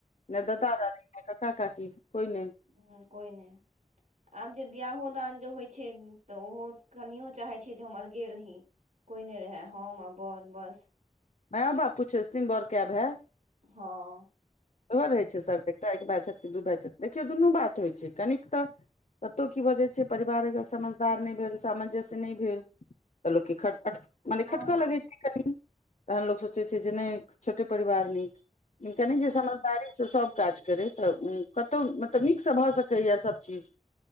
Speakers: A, on the left; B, on the right.
A: य दादा दादी य क का कााकी कोइ नहि ने
B: हँ कोइ नहि आब जे बियाहो दान जे होइत छै तऽ ओहो कनियओ चाहैत छै जे हम अलगे रही कोइ नहि रहय हम आ बन बस
A: मै बापू छै दिन बड़ कैब है
B: हँ हँ
A: त रहै छै सरद एकटा एक भाइ छथित कि दू भाइ छथित देखियौ दुनू बात होइ छै कनिक तऽ कतहु की बजै छै परिवार अगर समझदार नहि भेल सामंजस्य नहि भेल तलो की ख <unintelligible> मने
B: हँ
A: खटकऽ
B: हँ
A: लगै छै कनि तहन लोको सोचै छै जे नहि छोटे परिवार नीक कनी जे
B: हँ
A: समझदारी से सब काज करै तऽ कतहु मतलब नीकसँ भऽ सकैए सभ चीज